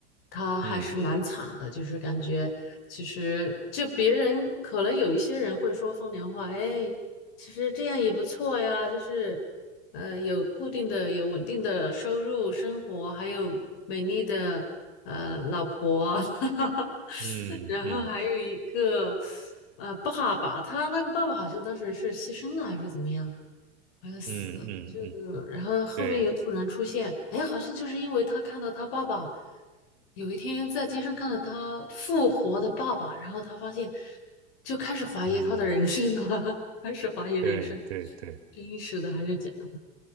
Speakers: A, on the left; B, on the right.
A: 他还是蛮惨的，
B: 嗯
A: 就是感觉其实就别人可能有一些人会说风凉话，哎，其实这样也不错呀，就是，呃，有固定的、有稳定的收入、生活，还有美丽的呃老婆，<laughs>
B: 嗯嗯
A: 然后还有一个呃爸爸，他那个爸爸好像当时是牺牲了还是怎么样？快要死了，
B: 嗯嗯嗯，
A: 就然后后面又突然出现，
B: 对，
A: 哎，好像就是因为他看到他爸爸有一天在街上看到他复活的爸爸，然后他发现就开始怀疑他的人生了，
B: 嗯
A: <laughs> 开始怀疑人生
B: 对对对，
A: 真实的还是假的。